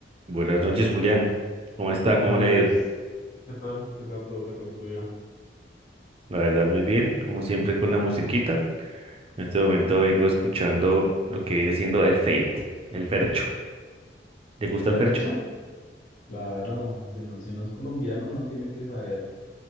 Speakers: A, on the right (about 35°); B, on the left (about 45°).
A: Buenas noches, Julián. ¿Cómo está?
B: Hola
A: ¿Cómo
B: Andrés,
A: le ha ido?
B: ¿qué tal? ¿Qué tal todo? ¿Qué tal tu día?
A: La verdad, muy bien, como siempre con la musiquita. En este momento vengo escuchando lo que viene siendo el Fate, el Fercho. ¿Te
B: ¿El
A: gusta
B: Fercho?
A: el Fercho?
B: Claro, si no, si uno es colombiano, uno tiene que saber